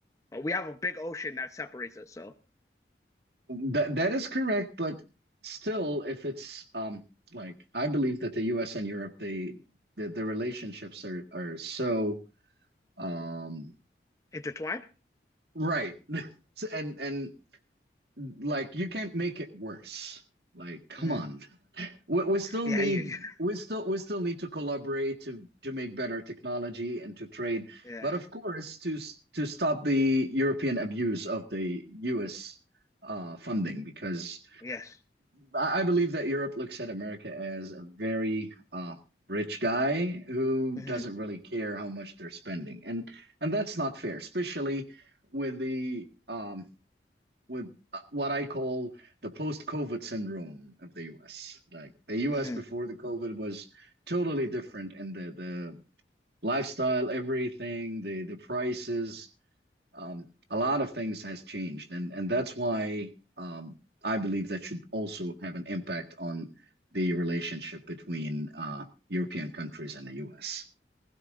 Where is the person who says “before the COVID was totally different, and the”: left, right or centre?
Right